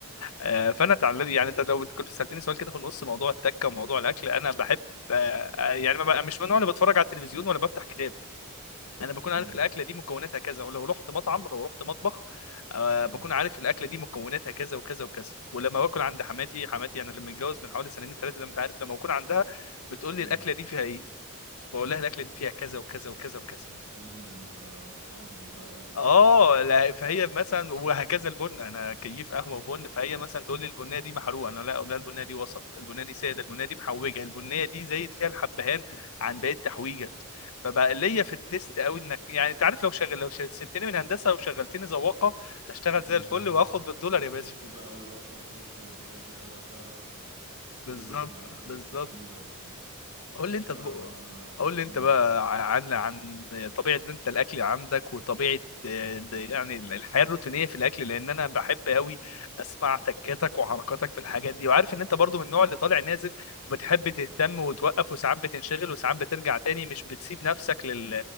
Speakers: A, on the left; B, on the right.
A: آه، فانا اتعلم يعني انت لو كنت سالتني سؤال كده في النص موضوع التكه وموضوع الاكل انا بحب آه، يعني ما بقى- مش من النوع اللي بتفرج على التلفزيون ولا بفتح كتاب انا بكون عارف
B: مم.
A: الاكله دي مكوناتها كذا ولو رحت مطعم لو رحت مطبخ آه
B: مم.
A: بكون عارف الاكله دي مكوناتها كذا وكذا وكذا ولما باكل عند حماتي حماتي انا لما اتجوز من حوالي سنتين ثلاثه زي ما انت عارف لما بكون عندها بتقول
B: مم.
A: لي الاكله دي فيها ايه بقول لها الاكله دي فيها كذا وكذا وكذا وكذا
B: يا سيدي ده انت بتحلل بقى الاكل
A: اه لا فهي مثلا وهكذا البن انا كيف قهوه وبن فهي مثلا تقول لي البنيه دي محروقه انا لا اقول لها البنيه دي وسط البنيه دي ساده البنيه دي محوجه البنيه دي زايد فيها الحبهان عن باقي التحويجه فبقى ليا في التيست قوي انك يعني انت عارف لو شغل لو ش- سبتني من هندسه وشغلتني ذواقه هشتغل
B: <laughs>
A: زي الفل واخد بالدولار
B: التيست
A: يا باشا
B: بقى والافتر تيست والحاجات دي هتعرف تظبط
A: بالظبط
B: معاك تركز
A: بالظبط
B: فيها وبتاع
A: قول لي انت
B: لا
A: طب...
B: انا انا
A: قول لي
B: مم.
A: انت بقى عن عن طبيعه ان انت الاكل عندك وطبيعه آه، ده يعني الحياه الروتينيه في الاكل لان انا بحب قوي اسمع تكاتك وحركاتك في الحاجات دي وعارف ان انت برضو من النوع اللي طالع نازل
B: <laughs>
A: بتحب تهتم وتوقف وساعات بتنشغل وساعات بترجع تاني مش بتسيب نفسك لل...